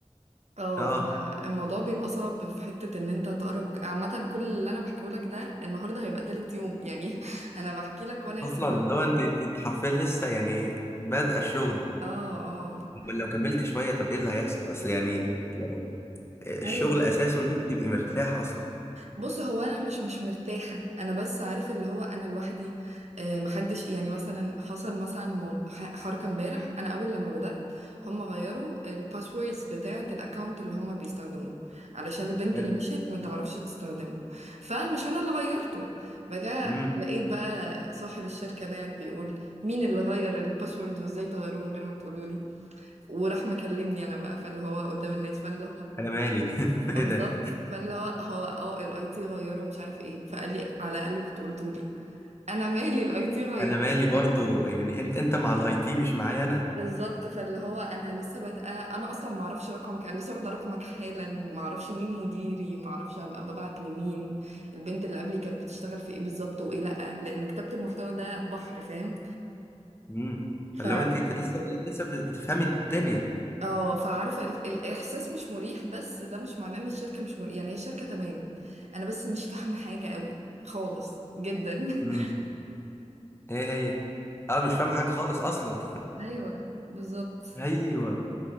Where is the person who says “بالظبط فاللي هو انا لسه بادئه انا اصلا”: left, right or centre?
Right